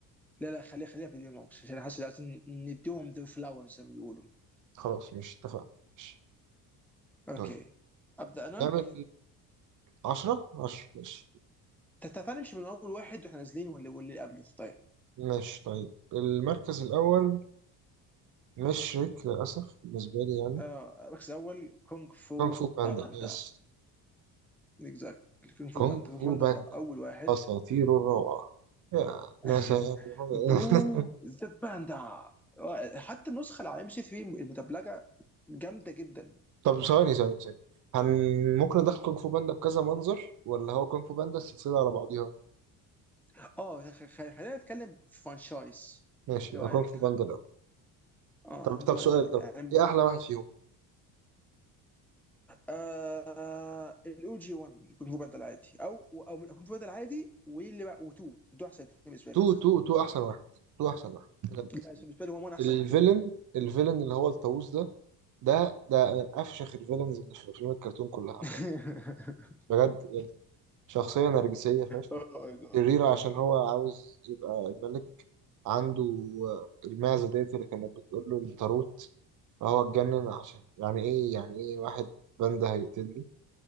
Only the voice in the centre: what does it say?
لا لا خليها خليها في البي موكس عشان حاسس عايزين نديهم ذا فلاور زي ما بيقولوا
اوكي
ابدا انا
تع- تعال نمشي من اول واحد واحنا نازلين واللي واللي قبله في
آه المركز الاول كونغ فو
باندا
اكزاكت كونغ فو
باندا كونغ
فو باندا
هو اول واحد
<laughs>
برو ذا باندا حتى النسخه اللي على ام بي سي 3 المدبلجه جامده جدا
اه خ- خ- خلينا نتكلم فرانشايز
ايه رايك؟
اه
كونغ
فو
باندا
يعني
آه الاو جي 1 كونغ فو باندا العادي او او من كونغ فو باندا العادي واللي بقى و2 دول احسن اثنين بالنسبه
لي اصلا
لا بالنسبه لي هو 1 احسن
من 2
<laughs>
Oh my God.